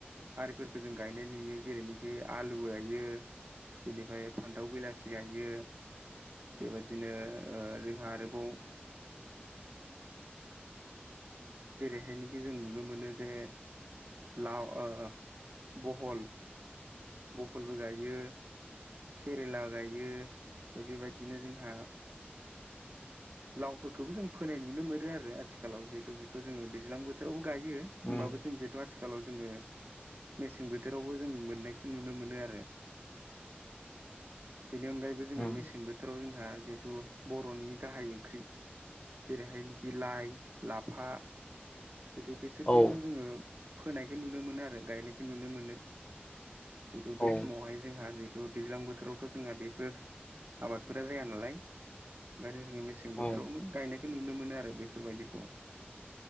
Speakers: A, on the right; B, on the left.
A: आरिफोरखौ जों गायनाय नुयो जेरैनिखि आलु गयो बेनिफ्राय फान्थाव बिलाथि गायो बेबायदिनो ओ जोंहा आरोबाव जेरैहायनाखि जों नुनो मोनो जे लाव ओ बहल बहलबो गायो केरेला गायो ओमफ्राय बेबायदिनो जोंहा लावफोरखौबो जों फोनाय नुनो मोनो आरो आथिखालाव जिहेथु बेखौ जोङो दैज्लां बोथोरावबो गायो
B: उम
A: होमबाबो जों जिहेतु आथिखालाव जोङो मेसें बोथोरावबो जों मोननायखौ नुनो मोनो आरो बेनि अनगायैबो जोङो
B: उम
A: मेसें बोथोराव जोंहा जिहेथु बर'नि गाहाय ओंख्रि जेरैहायनेखि लाइ लाफा जितु बेसोरखौबो
B: औ
A: जोङो फोनायखौ नुनो मोनो आरो गायनायखौ नुनो मोनो जिहेतु बे
B: औ
A: समावहाय जोंहा जिहेतु दैज्लां बोथोरावथ' जोंना बेफोर आबादफोरा जाया नालाय ओंखायनो जोङो मेसें बोथोरावनो
B: औ
A: गायनाय- खौ नुनो मोनो आरो बेफोरबायदिखौ